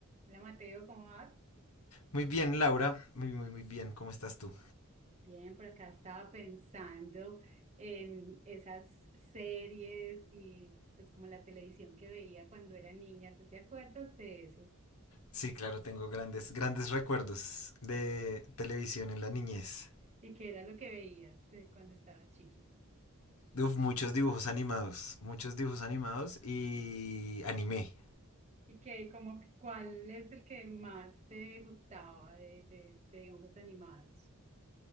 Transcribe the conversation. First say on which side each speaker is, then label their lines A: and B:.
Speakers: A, on the right; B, on the left.
A: Hola Mateo, ¿cómo vas?
B: Muy bien, Laura. Muy, muy, muy bien. ¿Cómo estás tú?
A: Bien, por acá estaba pensando en esas series y pues como la televisión que veía cuando era niña. ¿Tú te acuerdas de eso?
B: Sí, claro, tengo grandes, grandes recuerdos de televisión en la niñez.
A: ¿Y qué era lo que veías eh, cuando estabas chiqui?
B: Uf, muchos dibujos animados, muchos dibujos animados y anime.
A: ¿Y qué, como, que- cuál es el que más te gustaba de, de, de dibujos animados?